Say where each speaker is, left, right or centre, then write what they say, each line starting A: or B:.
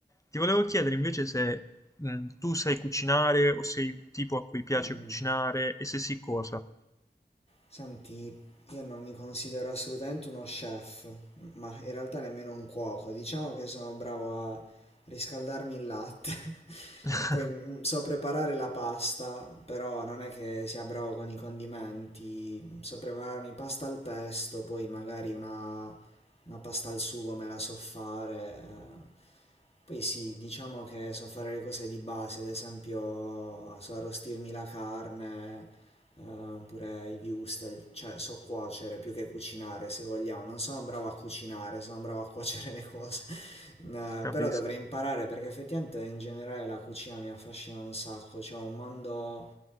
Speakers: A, on the left; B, on the left.
A: Ti volevo chiedere invece se mm, tu sai cucinare o sei un tipo a cui piace
B: Mm.
A: cucinare e se sì cosa.
B: Senti, io non mi considero assolutamente uno chef, ma in realtà nemmeno un cuoco. Diciamo che sono bravo a riscaldarmi il latte. <laughs>
A: <laughs>
B: Poi mm, so preparare la pasta, però non è che sia bravo con i condimenti. So prepararmi pasta al pesto, poi magari una, una pasta al sugo me la so fare. eh. Poi sì, diciamo che so fare le cose di base, ad esempio so arrostirmi la carne, eh, pure i viewstel, cioè so cuocere più che cucinare se vogliamo, non sono bravo a cucinare, sono bravo a cuocere le cose, <laughs> Eh,
A: Capisco.
B: però dovrei imparare perché effettivamente in generale la cucina mi affascina un sacco, cioè è un mondo